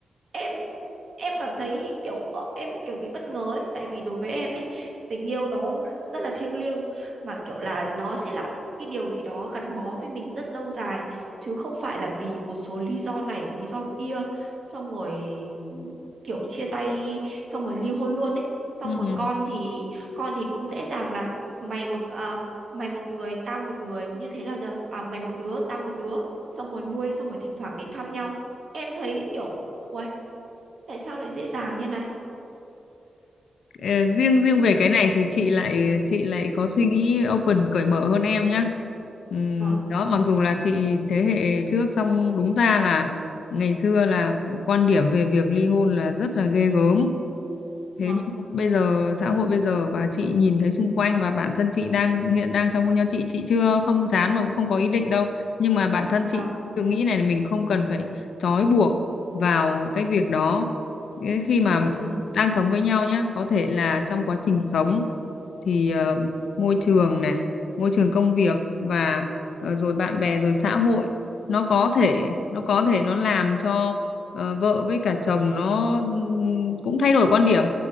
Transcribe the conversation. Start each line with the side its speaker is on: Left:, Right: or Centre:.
Right: em em cảm thấy kiểu ờ, em bị kiểu bị bất ngờ ấy tại vì đối với em ấy tình yêu nó rất là thiêng liêng mà kiểu là nó sẽ là cái điều gì đó gắn bó với mình rất lâu dài chứ không phải là vì một số lý do này lý do kia xong rồi kiểu chia tay xong rồi ly hôn luôn ấy xong
Left: ừ.
Right: rồi con thì con thì cũng dễ dàng là mày một à, mày một người tao một người như thế là giờ à, mày một đứa tao một đứa xong rồi nuôi xong rồi thỉnh thoảng đến thăm nhau em thấy kiểu uầy tại sao lại dễ dàng như này
Left: Ờ, riêng riêng về cái
Right: Ừ,
Left: này thì chị lại chị lại có suy nghĩ open cởi mở hơn em nhá. Ừm,
Right: vâng
Left: đó mặc dù là chị thế hệ trước xong đúng ra là ngày xưa là quan điểm về việc ly hôn là rất là ghê gớm thế
Right: vâng
Left: nhưng mà bây giờ xã hội bây giờ và chị nhìn thấy xung quanh và bản thân chị đang hiện đang trong hôn nhân chị chị chưa không dám và cũng không có ý định đâu nhưng mà bản thân chị
Right: vâng
Left: tự nghĩ này là mình không cần phải trói buộc vào cái việc đó Cái khi mà
Right: ừ,
Left: đang sống với nhau nhá có thể là trong quá trình sống thì ờ, môi trường này, môi trường công việc và ờ, rồi bạn bè rồi xã hội nó có thể nó có thể nó làm cho ờ, vợ với cả chồng nó ừm, cũng thay đổi quan điểm.